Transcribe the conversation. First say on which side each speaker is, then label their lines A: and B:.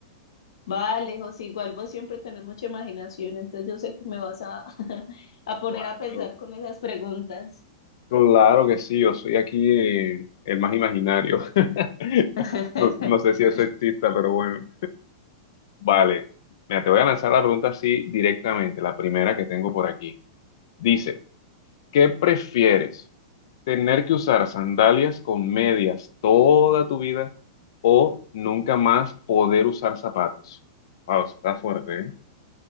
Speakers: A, on the left; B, on the left.
A: Vale, José, igual vos siempre tenés mucha imaginación, entonces yo sé que me vas a, <laughs> a poner
B: Claro.
A: a pensar con esas preguntas.
B: Claro que sí, yo soy aquí eh, el más imaginario. <laughs>
A: <laughs>
B: No, no sé si eso exista, pero bueno. Vale. Mira, te voy a lanzar la pregunta así directamente, la primera que tengo por aquí. Dice, ¿qué prefieres? ¿Tener que usar sandalias con medias toda tu vida o nunca más poder usar zapatos? Wow, eso está fuerte, ¿eh?